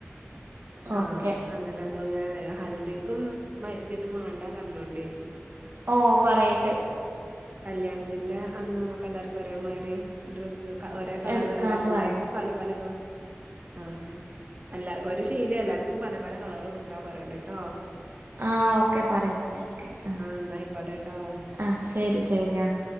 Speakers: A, on the right; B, on the right.
A: ആഹ്
B: ഓക്കെ
A: അന്നിട്ട് നമ്മളിങ്ങനെ ഹൻദിക്കും മഗ്‌രിബ്നും വാണ്ട പറഞ്ഞോണ്ടി
B: ഓ പറയണ്ട്
A: കല്യാണത്തിന്റെ അന്ന് നമ്മക്ക് എല്ലാർക്കും ഒരേമാതിരി ഡ്രസ്സ് ക ഒരേ കളർഅല്ല
B: എടുക്കാന്ന്
A: അ
B: പറയാ
A: ല്ലാരു ക്കുംപല പല കളർ ആഹ് അല്ലാ ഒരു ശീല എല്ലാർക്കും പല പല കളർ എടുക്കാൻ പറയണ്ടി ട്ടോ
B: ആഹ് ഓക്കെ പറയാം പറയാം ഓക്കെ ആ
A: എന്നാ ആയിക്കോട്ടെട്ടോ
B: ആ ശരി ശരി ആഹ്